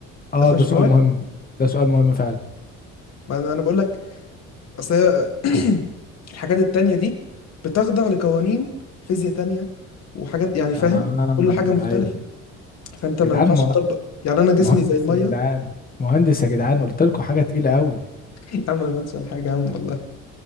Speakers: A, on the left; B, on the left.
A: اه
B: احنا
A: ده
B: مش
A: سؤال
B: مواقع
A: مهم ده سؤال مهم فعلا
B: ما انا أنا بقول لك اصل هي <clears throat> الحاجات التانية دي بتخضع لقوانين فيزياء تانية وحاجات يعني فاهم
A: آه
B: كل حاجة مختلفة
A: ايوه
B: فانت ما
A: يا جدعان
B: ينفعش
A: مه-
B: تطبق يعني انا جسمي
A: مهندس
B: زي المية
A: يا جدعان مهندس يا جدعان قلت لكم حاجة تقيلة قوي
B: <laughs> يا عم مهندس ولا حاجة يا عم والله